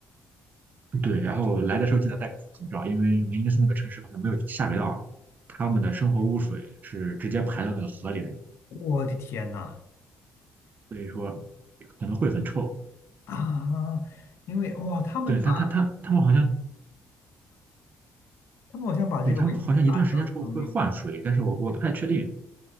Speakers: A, on the right (about 40°); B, on the left (about 70°).
A: 对，然后来的时候记得戴个口罩，因为威尼斯那个城市好像没有下水道，他们的生活污水是直接排到那个河里的，
B: <laughs> 我的天呐
A: 所以说可能会很臭。
B: 啊！因为哇，他们把
A: 对，他他他他们好像。
B: 他们好像把这个威尼斯打造成一个。
A: 对，他们好像一段时间之后会换水，但是我我不太确定。